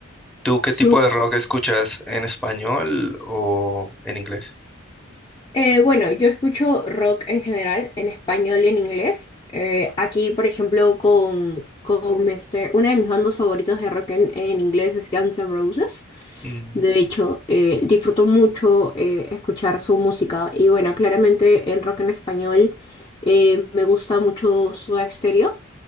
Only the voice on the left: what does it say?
Súper.
Eh, bueno, yo escucho rock en general, en español y en inglés. Eh, aquí, por ejemplo, con, con este- una de mis bandas favoritas de rock en, en inglés es Guns N' Roses.
De hecho, eh, disfruto mucho eh, escuchar su música. Y bueno, claramente en rock en español eh, me gusta mucho Soda Stereo